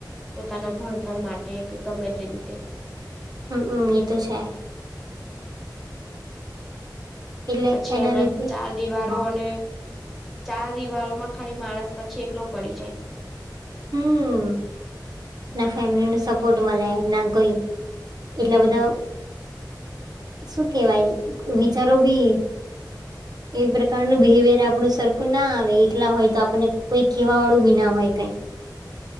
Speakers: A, in the centre; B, on the right (about 60°).
A: પોતાના ભણતર માટે કે ગમે તે રીતે.
B: હમમ હમમ એ તો છે. એટલે
A: પછી
B: એના
A: એમાં
B: લીધે
A: ચાર દિવારો
B: હ
A: અને ચાર દિવારો માં ખાલી માણસ પછી એકલો પડી જાય.
B: હમમ. ના ફેમિલી નો સપોર્ટ મલે ના કોઈ એટલા બધા શું કેવાય વિચારો બી એ પ્રકારનું બિહેવિયર આપણું સરખું ના આવે એકલા હોય તો આપણને કોઈ કહેવા વાળું બી ના હોય કઈ.